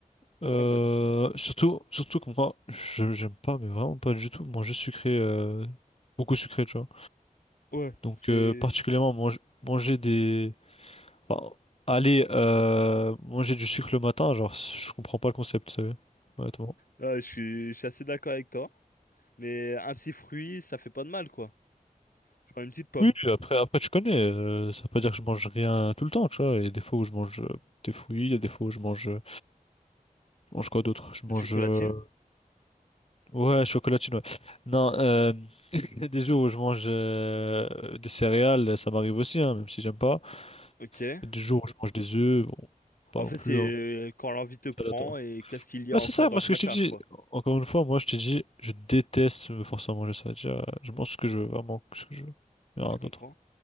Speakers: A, on the left; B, on the left.
A: Ouais,
B: Euh,
A: bah, c'est-
B: surtout, surtout que moi, je- j'aime pas, mais vraiment pas du tout, manger sucré, euh, beaucoup sucré, tu vois.
A: ouais,
B: Donc,
A: c'est.
B: euh, particulièrement, mange- manger des, Bon, allez, euh, manger du sucre le matin, genre, je comprends pas le concept, euh, honnêtement.
A: Ah, je suis... je suis assez d'accord avec toi. Mais un petit fruit, ça fait pas de mal, quoi. Genre une petite pomme,
B: Oui, après, après, tu connais, euh, ça veut pas dire que je mange rien tout le temps, tu vois. Il y a des fois où je mange euh, des fruits, il y a des fois où je mange, euh, je mange quoi d'autre? Je
A: une
B: mange,
A: chocolatine.
B: euh, ouais, chocolatine, ouais. Non, euh, <laughs> il y a des jours où je mange euh, des céréales, ça m'arrive aussi, hein, même si j'aime pas.
A: Ok.
B: Il y a des jours où je mange des œufs, bon, pas
A: En
B: non
A: fait,
B: plus,
A: c'est
B: hein.
A: quand l'envie te prend
B: C'est aléatoire.
A: et qu'est-ce qu'il y
B: Bah,
A: a encore
B: c'est ça,
A: dans
B: moi
A: le
B: ce
A: placard,
B: que je t'ai dit,
A: quoi.
B: encore une fois, moi je t'ai dit, je déteste me forcer à manger, ça veut dire, euh, je mange ce que je veux, vraiment ce que je veux, et
A: Ouais,
B: rien
A: je comprends.
B: d'autre.